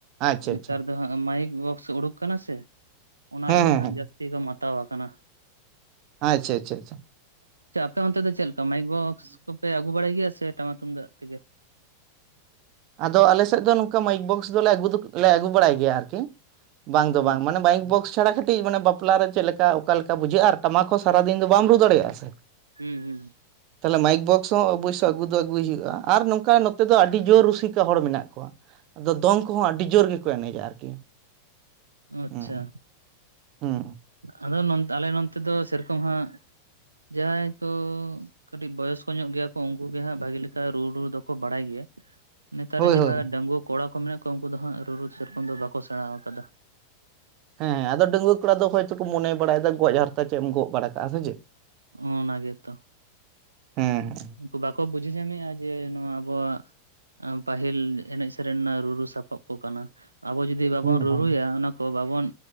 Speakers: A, on the right; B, on the right.
A: ᱟᱪᱪᱷᱟ
B: ᱱᱮᱛᱟᱨ
A: ᱟᱪᱪᱷᱟ
B: ᱫᱚ ᱦᱟᱸᱜ ᱢᱟᱭᱤᱠ ᱵᱚᱠᱥ ᱩᱰᱩᱠ ᱠᱟᱱᱟ ᱥᱮ ᱚᱱᱟ
A: ᱦᱮᱸ
B: ᱨᱮᱜᱮ
A: ᱦᱮᱸ
B: ᱦᱟᱸᱜ
A: ᱦᱮᱸ
B: ᱡᱟᱹᱥᱛᱤ ᱠᱚ ᱢᱟᱛ ᱛᱟᱣ ᱟᱠᱟᱱᱟ᱾
A: ᱟᱪᱪᱷᱟ ᱟᱪᱪᱷᱟ ᱟᱪᱷᱟ ᱟᱪᱷᱟ
B: ᱛᱚ ᱚᱱᱛᱮ ᱫᱚ ᱪᱮᱫ ᱞᱮᱠᱟ ᱢᱟᱭᱤᱠ ᱵᱚᱠᱥ ᱠᱚᱯᱮ ᱟᱹᱜᱩ ᱵᱟᱲᱟᱭ ᱜᱮᱭᱟ ᱥᱮ ᱴᱟᱢᱟᱠ ᱛᱩᱢᱫᱟᱜ ᱛᱮᱜᱮ
A: ᱟᱫᱚ ᱟᱞᱮ ᱥᱮᱫ ᱫᱚ ᱱᱚᱝᱠᱟ ᱢᱟᱭᱤᱠ ᱵᱚᱠᱥ ᱫᱚᱞᱮ ᱟᱹᱜᱩ ᱫᱚᱞᱮ ᱟᱜᱩ ᱵᱟᱲᱟᱭ ᱜᱮᱭᱟ ᱟᱨᱠᱤ ᱵᱟᱝ ᱫᱚ
B: ᱦᱩᱸ
A: ᱵᱟᱝ ᱢᱟᱱᱮ ᱵᱟᱭᱤᱠ ᱵᱚᱠᱥ ᱪᱷᱟᱲᱟ ᱠᱟᱹᱴᱤᱡ ᱢᱟᱱᱮ ᱵᱟᱯᱞᱟ ᱨᱮ ᱪᱮᱫ ᱞᱮᱠᱟ ᱚᱠᱟ ᱞᱮᱠᱟ ᱵᱩᱡᱷᱟᱹᱜᱼᱟ ᱟᱨ ᱴᱟᱢᱟᱠ ᱦᱚᱸ ᱥᱟᱨᱟᱫᱤᱱ ᱫᱚ ᱵᱟᱢ ᱨᱩ ᱫᱟᱲᱮᱭᱟᱜᱼᱟ ᱥᱮ
B: ᱦᱩᱸ ᱦᱩᱸ
A: ᱛᱟᱦᱚᱞᱮ ᱢᱟᱭᱤᱠ ᱵᱚᱠᱥ ᱦᱚᱸ ᱚᱵᱚᱥᱥᱚ ᱟᱹᱜᱩ ᱫᱚ ᱟᱹᱜᱩᱭ ᱦᱩᱭᱩᱜᱼᱟ ᱟᱨ ᱱᱚᱝᱠᱟ ᱱᱚᱛᱮ ᱫᱚ ᱟᱹᱰᱤ ᱡᱚᱨ ᱨᱩᱥ ᱥᱤᱠᱟ ᱦᱚᱲ ᱢᱮᱱᱟᱜ ᱠᱚᱣᱟ ᱟᱫᱚ ᱫᱚᱝ ᱠᱚᱦᱚᱸ ᱟᱹᱰᱤ ᱡᱳᱨ ᱜᱮᱠᱚ ᱮᱱᱮᱡᱟ ᱟᱨᱠᱤ <unintelligible>
B: ᱟᱪᱪᱷᱟ
A: ᱦᱮᱸ ᱦᱩᱸ
B: ᱟᱫᱚ ᱱᱚᱸᱛ ᱟᱞᱮ ᱱᱚᱸᱛᱮ ᱫᱚ ᱥᱮᱨᱚᱠᱚᱢ ᱦᱟᱸᱜ ᱡᱟᱦᱟᱸᱭ ᱠᱚ ᱠᱟᱹᱴᱤᱡ ᱵᱚᱭᱚᱥ ᱠᱚ ᱧᱚᱜ ᱜᱮᱭᱟ ᱠᱚ ᱩᱱᱠᱩ ᱜᱮ ᱦᱟᱸᱜ ᱵᱷᱟᱜᱮ ᱞᱮᱠᱟ ᱨᱩ ᱨᱩ ᱫᱚᱠᱚ ᱵᱟᱲᱟᱭ ᱜᱮᱭᱟ ᱱᱮᱛᱟᱨ
A: ᱦᱳᱭ
B: ᱨᱮ ᱡᱟᱦᱟᱸ
A: ᱦᱳᱭ
B: ᱰᱟᱺᱜᱩᱣᱟᱹ ᱠᱚᱲᱟ ᱠᱚ ᱢᱮᱱᱟᱜ ᱠᱚᱣᱟ ᱩᱱᱠᱩ ᱫᱚ ᱦᱟᱸᱜ ᱨᱩᱨᱩ ᱥᱮᱨᱚᱠᱚᱢ ᱫᱚ ᱵᱟᱠᱚ ᱥᱮᱬᱟᱣ ᱟᱠᱟᱫᱟ᱾
A: ᱦᱮᱸ ᱟᱫᱚ ᱰᱟᱺᱜᱩᱣᱟᱹ ᱠᱚᱲᱟ ᱫᱚ ᱦᱳᱭᱛᱚ ᱠᱚ ᱢᱚᱱᱮ ᱵᱟᱲᱟᱭᱮᱫᱟ ᱜᱚᱡ ᱦᱟᱨᱛᱟ ᱪᱮᱫ ᱮᱢ ᱜᱚᱜ ᱵᱟᱲᱟ ᱠᱟᱜᱼᱟ ᱥᱮ ᱪᱮᱫ
B: ᱚᱱᱟ ᱜᱮᱛᱚ
A: ᱦᱮᱸ
B: ᱩᱱᱠᱩ ᱵᱟᱠᱚ ᱵᱩᱡᱷᱟᱹᱣ ᱧᱟᱢᱮᱫᱼᱟ ᱡᱮ ᱱᱚᱣᱟ ᱟᱵᱚᱣᱟᱜ ᱮᱸ ᱯᱟᱹᱦᱤᱞ ᱮᱱᱮᱡ ᱥᱮᱨᱮᱧ ᱨᱮᱱᱟᱜ ᱨᱩᱨᱩ ᱥᱟᱯᱟᱵ ᱠᱚ ᱠᱟᱱᱟ ᱟᱵᱚ ᱡᱩᱫ ᱡᱩᱫᱤ ᱵᱟᱵᱚᱱ
A: ᱦᱮᱸ
B: ᱨᱩᱨᱩᱭᱟ
A: ᱦᱮᱸ
B: ᱚᱱᱟ ᱠᱚ ᱵᱟᱵᱚᱱ